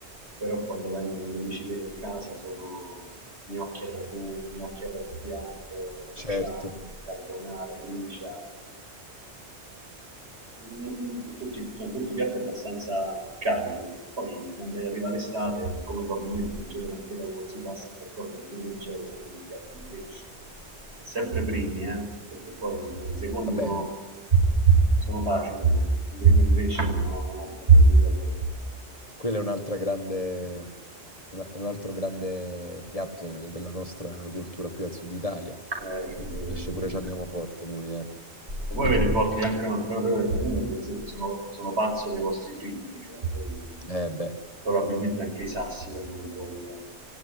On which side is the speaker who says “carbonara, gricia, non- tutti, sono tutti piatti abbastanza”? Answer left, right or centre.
Right